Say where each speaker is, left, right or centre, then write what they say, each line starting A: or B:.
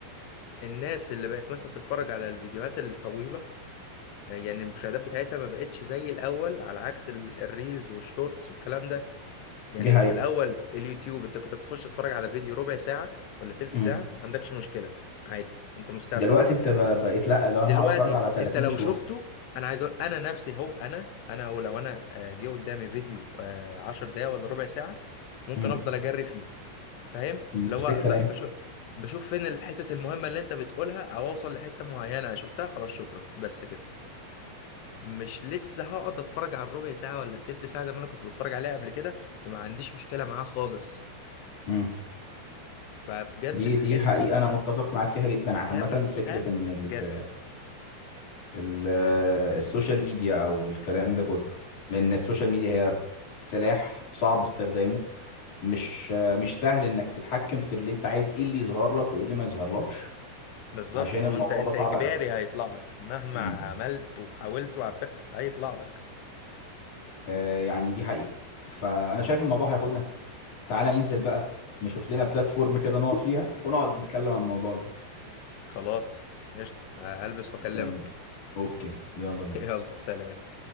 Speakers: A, on the left; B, on the left.
A: الناس اللي بقت مثلا تتفرج على الفيديوهات الطويلة آه، يعني المشاهدات بتاعتها ما بقتش زي الاول على عكس ال- الريلز والشورتس والكلام ده يعني
B: دي حقيقة
A: في الاول اليوتيوب انت كنت بتخش تتفرج على فيديو ربع ساعة ولا تلت
B: امم
A: ساعة ما عندكش مشكلة عادي انت مستمتع
B: دلوقتي انت ب- بقيت لا لو
A: دلوقتي
B: انا هقعد اتفرج على 30
A: انت لو
B: شورت
A: شفته انا عايز اقول انا نفسي هو انا انا هو لو انا آه، جه قدامي فيديو آه، عشر دقايق ولا ربع ساعة ممكن
B: امم
A: افضل اجري فيه فاهم
B: نفس
A: اللي هو
B: الكلام
A: ب- بشوف بشوف فين الحتت المهمة اللي انت بتقولها او اوصل لحتة معينة شفتها خلاص شكرا بس كده مش لسه هقعد اتفرج على الربع ساعة ولا التلت ساعة زي ما انا كنت بتفرج عليها قبل كده وما عنديش مشكلة معاه خالص
B: امم
A: فبجد
B: دي
A: الحاجات
B: دي حقيقة
A: دي
B: انا متفق معاك فيها جدا عامة
A: كارثة
B: فكرة ان ال
A: بجد
B: ال السوشيال ميديا او الكلام ده كله ان السوشيال ميديا هي سلاح صعب استخدامه مش مش سهل انك تتحكم في اللي انت عايز ايه اللي يظهر لك وايه اللي ما يظهرلكش
A: بالظبط
B: عشان
A: هو
B: الموضوع
A: انت انت
B: ده صعب
A: اجباري هيطلع لك مهما
B: قوي
A: عملت وحاولت وعفرت هيطلع لك
B: آه، يعني دي حقيقة فأنا شايف الموضوع هياخدنا تعالى ننزل بقى نشوف لنا بلاتفورم كده نقعد فيها ونقعد نتكلم عن الموضوع ده
A: خلاص قشطة هلبس واكلمك
B: يلا بينا. اوكي يلا بينا
A: <laughs> يلا سلام